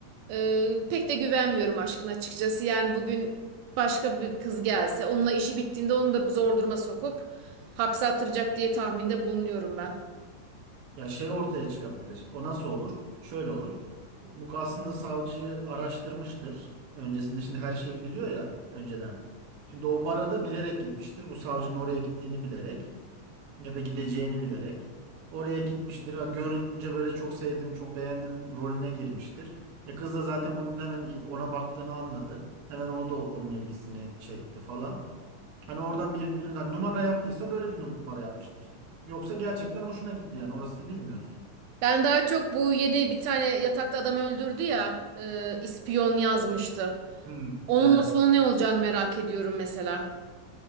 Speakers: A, on the right; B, on the right.
A: E, pek de güvenmiyorum aşkın açıkçası. Yani bugün başka bir kız gelse onunla işi bittiğinde onu da zor duruma sokup hapse attıracak diye tahminde bulunuyorum ben.
B: Ya şey ortaya çıkabilir. O nasıl olur? Şöyle olur. Bu aslında savcıyı araştırmıştır. Öncesinde şimdi her şeyi biliyor ya önceden. Şimdi o bara da bilerek gitmiştir. Bu savcının oraya gittiğini bilerek ya da gideceğini bilerek. Oraya gitmiştir. Ha, Görünce böyle çok sevdim, çok beğendim rolüne girmiştir. E kız da zaten bunun hemen ona baktığını anladı. Hemen o da onun ilgisini çekti falan. Hani oradan birbirinden numara yaptıysa böyle bir numara yapmıştır. Yoksa gerçekten hoşuna gitti yani orasını bilmiyoruz.
A: Ben daha çok bu yeni bir tane yatakta adam öldürdü ya e, ispiyon yazmıştı.
B: Hmm.
A: Onunla
B: Evet.
A: sonu ne olacağını merak ediyorum mesela.